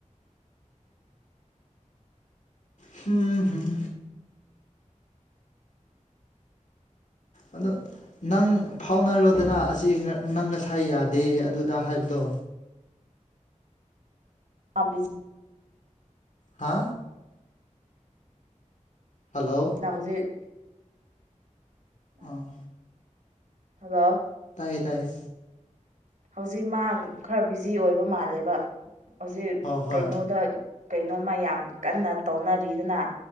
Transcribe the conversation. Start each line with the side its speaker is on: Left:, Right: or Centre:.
Left: ꯍꯝꯍꯝ ꯑꯗꯣ ꯅꯪ ꯐꯥꯎꯅꯔꯣꯗꯅ ꯑꯁꯤ ꯅꯪ ꯉꯁꯥꯏ ꯌꯥꯗꯦ ꯑꯗꯨꯗ ꯍꯥꯏꯕꯗꯣ
Right: <inaudible> ꯑꯥꯕꯤꯖꯤ
Left: ꯍꯥ ꯍꯜꯂꯣ
Right: ꯅ ꯍꯧꯖꯤꯛ
Left: ꯑꯥ
Right: ꯍꯜꯂꯣ
Left: ꯇꯥꯏꯌꯦ ꯇꯥꯏꯌꯦ
Right: ꯍꯧꯖꯤꯛ ꯃꯥ ꯈꯔ ꯕꯤꯖꯤ ꯑꯣꯏꯕ ꯃꯥꯜꯂꯦꯕ ꯍꯧꯖꯤꯛ
Left: ꯍꯣꯏ ꯍꯣꯏ
Right: ꯀꯩꯅꯣꯗ ꯀꯩꯅꯣꯝꯃ ꯌꯥꯝ ꯀꯟꯅ ꯇꯧꯅꯔꯤꯗꯅ